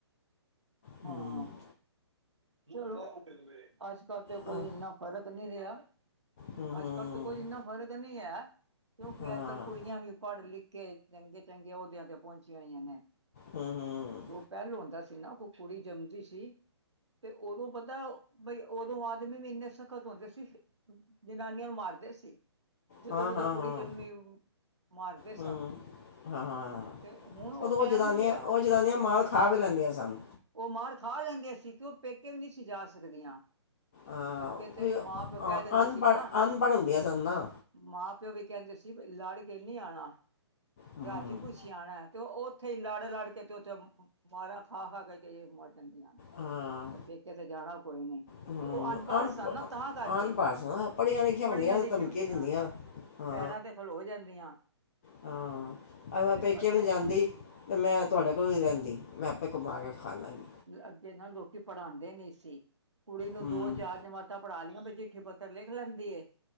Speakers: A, on the left (about 30°); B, on the right (about 80°).
A: ਹਮ,
B: ਹਾਂ ਚਲੋ ਅੱਜ ਕੱਲ ਤੇ ਕੋਈ
A: ਆਹ,
B: ਇੰਨਾ ਫਰਕ ਨਹੀਂ ਰਿਹਾ
A: ਹਮ ਹਮ
B: ਅੱਜ ਕੱਲ ਤਾਂ ਕੋਈ ਇੰਨਾ ਫ਼ਰਕ ਨਹੀਂ ਹੈ ਕਿਉਂਕਿ
A: ਹਾਂ
B: ਅੱਜ ਕੱਲ ਕੁੜੀਆਂ ਵੀ ਪੜ ਲਿਖ ਕੇ ਚੰਗੇ ਚੰਗੇ ਅਹੁਦਿਆਂ ਤੇ ਪਹੁੰਚੀਆਂ ਹੋਈਆਂ ਨੇ
A: ਹਮ ਹਮ
B: ਜੋ ਪਹਿਲੂ ਹੁੰਦਾ ਸੀ ਨਾ ਕੁੜੀ ਜੰਮਦੀ ਸੀ ਤੇ ਉਦੋਂ ਪਤਾ ਪਈ ਉਦੋਂ ਆਦਮੀ ਵੀ ਇੰਨੇ ਸਖ਼ਤ ਹੁੰਦੇ ਸੀ ਜਨਾਨੀਆਂ ਨੂੰ ਮਾਰਦੇ ਸੀ ਜਦੋਂ
A: ਹਾਂ
B: ਜਦੋਂ
A: ਹਾਂ
B: ਕੁੜੀ
A: ਹਾਂ
B: ਜੰਮੀ ਉ ਮਾਰਦੇ
A: ਹੂੰ
B: ਸਨ
A: ਹਾਂ ਹਾਂ
B: ਤੇ ਹੁਣ ਉਹ
A: ਉਦੋਂ
B: ਟਾਈਮ
A: ਜਨਾਨੀਆਂ
B: ਨੀ ਰਿਹਾ
A: ਉਹ
B: ਆ
A: ਜਨਾਨੀਆਂ ਮਾਰ ਖਾ ਵੀ ਲੈਂਦੀਆਂ ਸਨ
B: ਉਹ ਮਾਰ ਖਾ ਲੈਂਦੀ ਆ ਸੀਂ ਤੇ ਉਹ ਪੇਕੇ ਵੀ ਨਹੀਂ ਸੀ ਜਾ ਸਕਦੀਆਂ
A: ਅਹ
B: ਅੱਗੇ
A: ਤੇ
B: ਮਾਂ ਪਿਓ ਕਹਿ
A: ਆ
B: ਦਿੰਦੇ
A: ਅਨਪੜ੍ਹ
B: ਸੀ ਨਾ
A: ਅਨਪੜ੍ਹ ਸਨ ਨਾ
B: ਮਾਂ ਪਿਓ ਵੀ ਕਹਿੰਦੇ ਸੀ ਲੜ ਕੇ ਨਹੀਂ ਆਣਾ
A: ਹੂੰ
B: ਰਾਜੀ ਖੁਛੀ ਆਣਾ ਤੇ ਉੱਥੇ ਹੀ ਲੜ ਲੜ ਕੇ ਤੇ ਉੱਥੇ ਮਾਾਰਾ ਖਾ ਖਾ ਕੇ ਕੇ ਮਰ ਜਾਂਦੀਆਂ ਨੇ
A: ਹਾਂ
B: ਤੇ ਪੇਕੇ ਤੇ ਜਾਣਾ ਕੋਈ ਨਹੀਂ
A: ਹੂੰ
B: ਤੇ ਉਹ ਅਨਪੜ੍ਹ
A: ਅਨਪੜ
B: ਸਨ ਨਾ ਤਾਂ ਕਰਕੇ
A: ਅਨਪੜ ਸਨ ਪੜੀਆਂ ਲਿਖੀਆਂ
B: ਪੜ੍ਹੀਆਂ
A: ਹੁੰਦੀਆਂ
B: ਲਿਖੀਆਂ
A: ਤੇ ਧਮਕੀ
B: ਹੁੰਦੀਆਂ
A: ਦਿੰਦੀਆਂ ਹਾਂ
B: ਪੈਰਾਂ ਤੇ ਖਲੋ ਜਾਂਦੀਆਂ
A: ਹਾਂ ਆਹ ਮੈ
B: ਤੇ
A: ਪੇਕੀ
B: ਅੱਗੇ
A: ਵੀ ਜਾਂਦੀ ਈ ਤੇ ਮੈਂ ਤੁਹਾਡੇ ਕੋ ਵੀ ਰਹਿੰਦੀ ਮੈਂ ਆਪੇ ਕਮਾ ਕੇ ਖਾ ਲਾਂਗੀ
B: ਅੱਗੇ ਤਾਂ ਲੋਕੀ ਪੜ੍ਹਾਉਂਦੇ ਨੀ ਸੀ ਕੁੜੀ ਨੂੰ
A: ਹੂੰ
B: ਦੋ ਚਾਰ ਜਮਾਤਾਂ ਪੜਾ ਲੀਆਂ ਬੇਟੇ ਲਿਖ ਲੈਂਦੀ ਹ